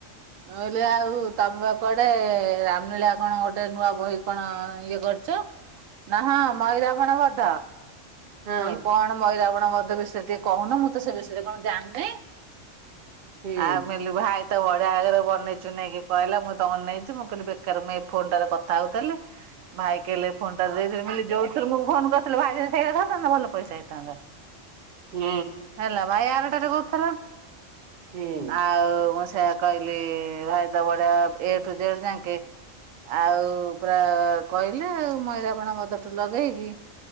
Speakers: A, on the right (about 85°); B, on the right (about 45°).
A: ମୁଁ କହିଲି ଆଉ ତମେବା କୁଆଡେ ରାମଲୀଳା କଣ ଗୋଟେ ନୂଆ ବହି କଣ ଇଏ କରିଚ ନା ହଁ ମହିରାବଣ ବଦ୍ଧ।
B: ହଁ
A: ମୁଁ କହଲି କଣ ମହିରାବଣ ବଧ ବିଷୟରେ ଟିକେ କହୁନ ମୁଁ ତ ସେ ବିଷୟରେ କଣ ଜାଣି ନେଇଁ।
B: ହୁଁ
A: ଆମିଲୁ ଭାଇ। ଏତେ ବଢିଆ ଆଗରେ ବନେଇ ଚୁନେଇକି କହିଲା ମୁଁ ତ ବ ଅନେଇଚି ମୁଁ କହିଲି ବେକାର ମୁଁ ଏଇ ଫୋନ ଟାରେ କଥା ହଉଥିଲି ଭାଇ କହିଲେ ଫୋନ ଟା ଦେଇଥିଲେ ଯୋଉଥିରେ ମୁଁ ଫୋନ କରିଥିଲେ ଭାଇ ଯଦି ସେ ସେଟା ଧ। ଭଲ ପଇସା ହେଇଥାନ୍ତା।
B: ହୁଁ।
A: ହେଲା ଭାଇ ଆରଟାରେ କରୁଥିଲା
B: ହୁଁ
A: ଆଉ ମୁଁ ସେୟା କହିଲି ଭାଇ ତ ବଢଆ ଏ ଠୁ ଜେଡ ଯାଙ୍କେ। ଆଉ ପୁରା କହିଲି ଆଉ ମଇରାବଣ ବଧ ଠୁ ଲଗେଇକି